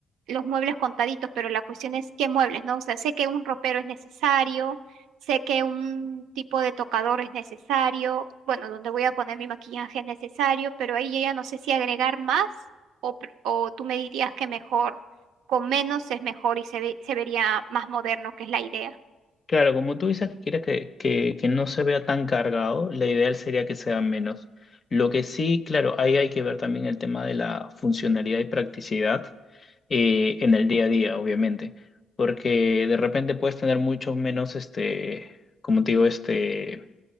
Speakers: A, on the right; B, on the left.
A: los muebles contaditos, pero la cuestión es qué muebles, ¿no? O sea, sé que un ropero es necesario, sé que un tipo de tocador es necesario, bueno, donde voy a poner mi maquillaje es necesario, pero ahí yo ya no sé si agregar más o, pr- o tú me dirías que mejor, con menos es mejor y se ve- se vería más moderno, que es la idea.
B: Claro, como tú dices que quieres que, que, que no se vea tan cargado, la ideal sería que sea menos. Lo que sí, claro, ahí hay que ver también el tema de la funcionalidad y practicidad eh, en el día a día, obviamente, porque de repente puedes tener muchos menos, este, como te digo, este,